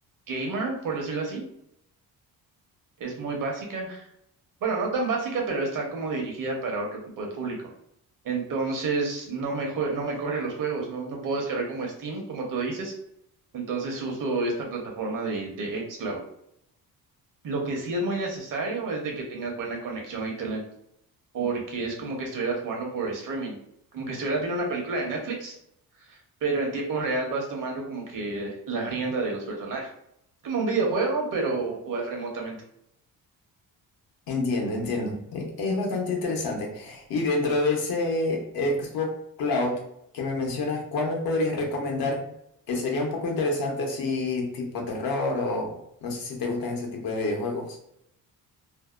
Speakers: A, on the right; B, on the left.
A: gamer, por decirlo así. Es muy básica. Bueno, no tan básica, pero está como dirigida para otro tipo de público. Entonces, no me, jue- no me corre los juegos, no, no puedo descargar como Steam, como tú dices. Entonces, uso esta plataforma de, de xCloud. Lo que sí es muy necesario es de que tengas buena conexión a Internet, porque es como que estuvieras jugando por streaming, como que estuvieras viendo una película de Netflix, pero en tiempo real vas tomando como que la rienda de los personajes. Es como un videojuego, pero jugar remotamente.
B: Entiendo, entiendo. Eh, Es bastante interesante. Y dentro de ese Xbox Cloud que me mencionas, ¿cuál me podrías recomendar que sería un poco interesante así tipo terror o no sé si te gustan ese tipo de videojuegos?